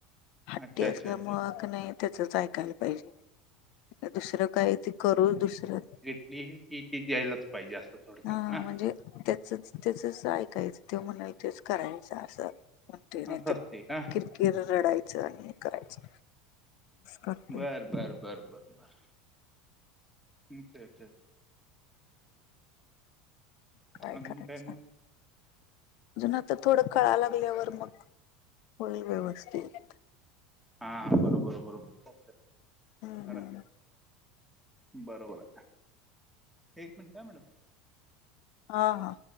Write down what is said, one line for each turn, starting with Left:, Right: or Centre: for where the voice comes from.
Left: हट्टी
Centre: अच्छा अच्छा
Left: असल्यामुळ
Centre: अच्छा
Left: क नाय त्याचच ऐकायला पायजे दुसरं काय ते करू दुसरं
Centre: ले हे किथ द्यायलाच पायजे असं थोडक्यात
Left: हा
Centre: ना
Left: म्हणजे त्याचच त्याचच ऐकायचं त्यो म्हणलं तेच करायचं असं. <unintelligible> नाय
Centre: असं
Left: तर
Centre: असते का
Left: किरकिर रडायचं आणि हे करायचं. करतोय
Centre: बर बर बर बर <unintelligible>
Left: काय
Centre: अच्छा. अजून
Left: करायच?
Centre: मग
Left: अजून आता थोडं कळा लागल्यावर मग होईल व्यवस्थित.
Centre: हा बरोबर बरोबर
Left: हम्म
Centre: खरं.
Left: हम्म
Centre: बरोबर. आहे एक मिनट हा मॅडम.
Left: हा हा.